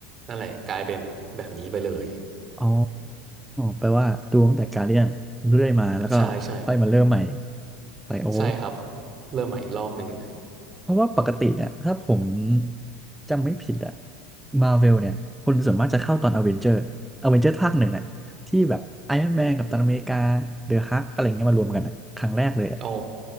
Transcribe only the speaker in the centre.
อ๋อแปลว่าดูตั้งแต่การเรียนเรื่อยมาแล้วก็ค่อยมาเริ่มใหม่
ไปโอ้
เพราะว่าปกติเนี่ยถ้าผมจำไม่ผิดอะมาเวลเนี่ยคนส่วนมากจะเข้าตอนอเวนเจอร์อเวนเจอร์ภาคหนึ่งอะที่แบบไอรอนแมนกับตันอเมริกาเดอะฮักอะไรเงี้ยมารวมกันอะครั้งแรกเลยอะ